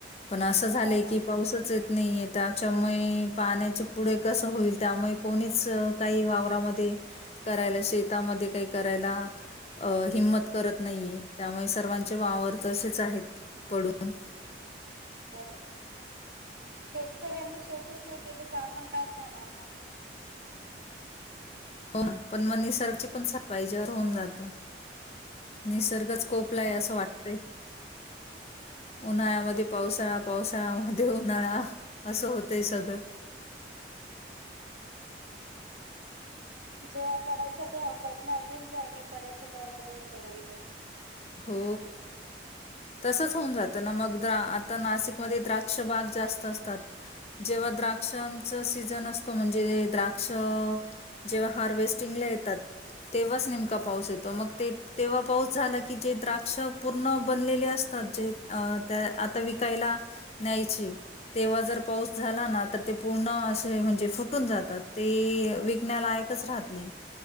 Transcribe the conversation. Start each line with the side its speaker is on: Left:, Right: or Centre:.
Left: पण असं झालंय
Right: हो ना
Left: की पाऊसच नाहीय त्याच्यामुळे पाण्याचे पुढे कसं होईल त्यामुळे कोणीच काही वावरामध्ये करायला शेतामध्ये काही करायला अ हिंमत करत नाहीये त्यामुळे सर्वांचे वावर तर असेच आहेत पडून
Right: ब शेतकऱ्यांनी शेतीच नाही केली तर आपण काय खाणार आ
Left: हो ना पण मग निसर्गाची पण साथ पाहिजे असं होऊन जात निसर्गच स्कोपलाय
Right: हो
Left: असं
Right: ना
Left: वाटतय उन्हाळ्यामध्ये पावसाळा पावसाळ्यामध्ये उन्हाळा असं होतंय सगळं
Right: जेव्हा पडायचं तेव्हा पडणारन जेव्हा नाही पडायच त्या बरोबर पडल तो
Left: हो तसंच होऊन जातं ना मग द आता नाशिकमध्ये द्राक्ष बाग जास्त असतात जेव्हा द्राक्षांच सीझन असतो म्हणजे द्राक्ष जेव्हा हार्वेस्टिंग येतात तेव्हाच नेम पाऊस येतो मग तेव्हा पाऊस झाला कि जे द्राक्ष पूर्ण बनलेले असतात जे त्या आता विकायला न्यायचे तेव्हा जर पाऊस झाला ना तर ते पूर्ण असे म्हणजे फुटून जातात ते विकण्याला नाही